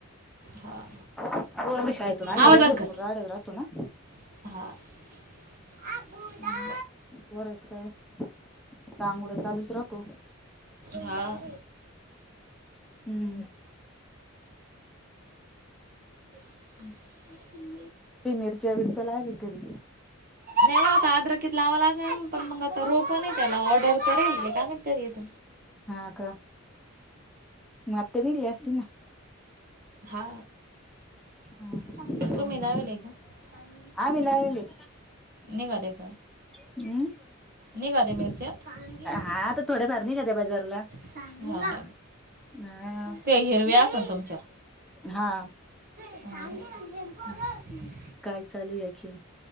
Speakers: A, on the right; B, in the centre.
A: हा
B: नर वष आयतु नल
A: आवाज
B: र
A: बंद
B: बरपूर
A: कर
B: राड राातो ना
A: हा
B: बरायचं काय डांगोड चालूच राहतो
A: हा
B: हम्म
A: हम्
B: तेि मिरच्या विरच्या लायली घरी
A: नाही होता आद्र कित लावां लागेल पण मग आता रोप आहे त्याला ऑर्डर करेल रे काम करथ
B: हा का मते निल जास्तीना
A: हा
B: हा
A: तुम्ही
B: म
A: लावेलय का? सांगितलं.
B: आमलाली
A: निघाले काय?
B: हम्म
A: निघाले मिरच्या? सांगितले
B: हा आता थोड्या फर नाही का त्या्या बाजारला
A: ह
B: हा
A: ते हिरव्या अस ना तुमच्या
B: हा
A: म्ह
B: काय चालू आणखी